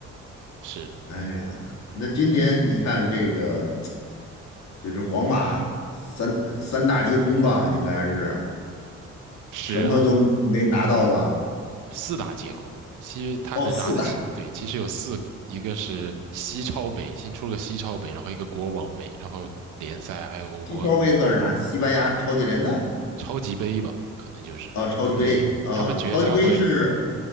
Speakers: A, on the right (about 85°); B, on the left (about 65°).
A: 是
B: 哎呀，那今年你看这个，就是皇马三三大皆空吧，应该是
A: 是啊，
B: 什么都没拿到吧？
A: 嗯，四大皆空。其实他能拿得起，
B: 哦，四大，
A: 对，其实有四个，一个是西超杯，新出了个西超杯，然后一个国王杯，然后联赛还有欧冠嘛，
B: 西超杯算是啥？西班牙超级联赛
A: 超级杯吧，可能就是。
B: 啊，超级杯啊，
A: 对，他们决赛会
B: 超级杯是